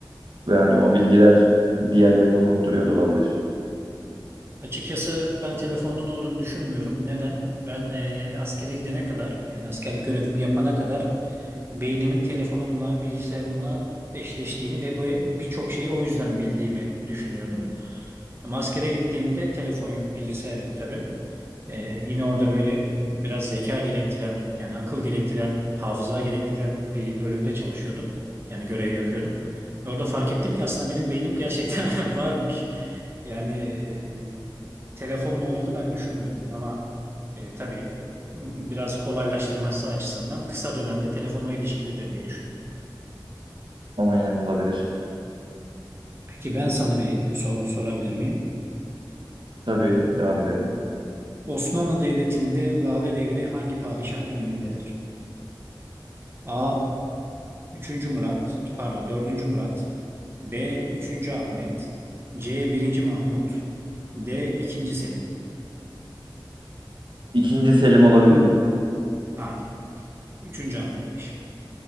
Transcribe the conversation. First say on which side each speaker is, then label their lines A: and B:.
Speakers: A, on the right (about 75°); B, on the right (about 30°).
A: ve hani o bilgiler diğerlerini unutturuyor da olabilir.
B: Açıkçası ben telefondan olduğunu düşünmüyorum. Neden? Ben eee askere gidene kadar yani askerlik görevimi yapana kadar beynimin telefonumla, bilgisayarımla eşleştiğini ve bu birçok şeyi o yüzden bildiğimi düşünüyordum. Ama askere gittiğimde telefon yok, bilgisayar yok tabii. Eee, yine orada böyle biraz zeka gerektiren, yani akıl gerektiren, hafıza gerektiren bir bölümde çalışıyordum. Yani görev yapıyordum. Orada fark ettim ki aslında benim beynim gerçekten <laughs> varmış. Yani e, telefonla olduğunu ben düşünmüyorum ama e, tabii biraz kolaylaştırması açısından kısa dönemde telefonla ilişkilidir diye düşünüyorum.
A: Aynen olabilir.
B: Peki ben sana bir soru sorabilir miyim?
A: Tabii devam edelim.
B: Osmanlı Devleti'nde Lale Devri hangi padişah dönemindedir? A. üçüncü Murat, pardon dördüncü Murat, B. üçüncü Ahmet, C. birinci Mahmut, D. ikinci Selim.
A: İkinci Selim olabilir mi?
B: Hayır, üçüncü Ahmet'miş.